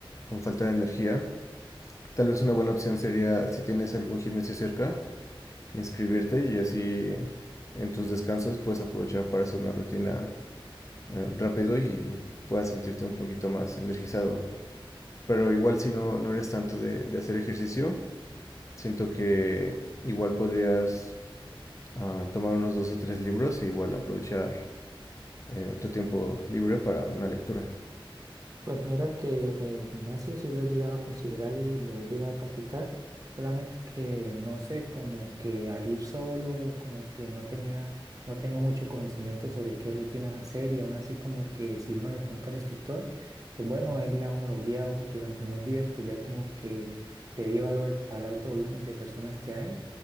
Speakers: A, on the left; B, on the right.
A: con falta de energía, tal vez una buena opción sería, si tienes algún gimnasio cerca, inscribirte y así en tus descansos puedes aprovechar para hacer una rutina eh, rápido y puedas sentirte un poquito más energizado. Pero igual si no, no eres tanto de, de hacer ejercicio, siento que igual podrías ah, tomar unos dos o tres libros e igual aprovechar eh, tu tiempo libre para una lectura.
B: Pues mira que el gimnasio sí lo he llegado a considerar y lo he llegado a practicar, solamente que no sé, como que al ir solo, como que no tenía, no tengo mucho conocimiento sobre qué rutinas hacer y aún así como que si uno le pregunta al instructor, pues bueno, él la uno lo guía o- durante unos días, pues ya como que debido al, al alto volumen de personas que hay